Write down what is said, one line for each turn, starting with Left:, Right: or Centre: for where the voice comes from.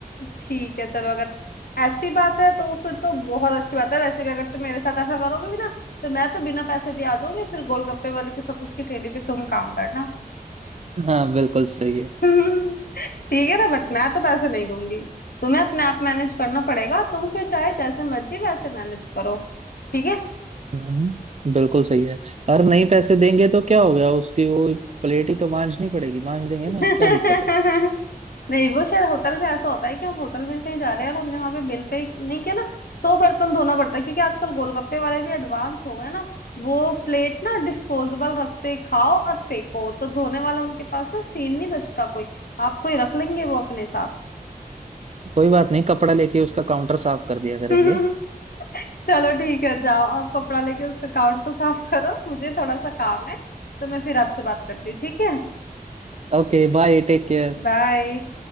Left: ठीक है चलो अगर ऐसी बात है तो फिर तो बहुत अच्छी बात है वैसे भी अगर तुम मेरे साथ ऐसा करोगे भी ना तो मैं तो बिना पैसे दिए आ जाऊंगी फिर गोलगप्पे वाले के साथ उसकी ठेली पे तुम काम करना
Right: हाँ बिल्कुल सही है
Left: <laughs> ठीक है ना बट मैं तो पैसे नहीं दूंगी तुम्हें अपने आप मैनेज करना पड़ेगा तुम फिर चाहे जैसे मर्जी वैसे मैनेज करो ठीक
Right: हम्म बिल्कुल सही है अगर नहीं पैसे देंगे तो क्या हो गया उसकी वो प्लेट ही तो मांजनी पड़ेगी मांज देंगे ना
Left: है <laughs>
Right: क्या दिक्कत है
Left: नहीं वो शायद होटल में ऐसा होता है कि हम होटल में कहीं जा रहे हैं और हमने वहां पे बिल पे नहीं किया ना तो बर्तन धोना पड़ता है क्योंकि आजकल गोलगप्पे वाले भी एडवांस हो गए ना वो प्लेट ना डिस्पोजेबल रखते खाओ और फेंको तो धोने वाला उनके पास ना सीन नहीं बचता कोई आप कोई रख लेंगे वो अपने साथ
Right: कोई बात नहीं कपड़ा लेके उसका काउंटर साफ कर दिया करेंगे
Left: <laughs> चलो ठीक है जाओ आप कपड़ा लेके उसका काउंटर साफ करो मुझे थोड़ा सा काम है तो मैं फिर आपसे बात करती हूँ ठीक है
Right: Okay bye take care
Left: बाय